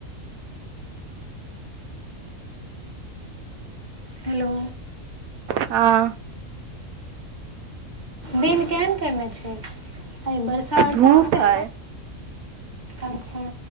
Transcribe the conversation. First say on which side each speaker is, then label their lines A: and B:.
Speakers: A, on the right; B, on the right.
A: हेलो
B: हँ
A: दिन केहन कयने छै अइ बर्षा वर्सा
B: धूप
A: होतै
B: हय
A: अच्छा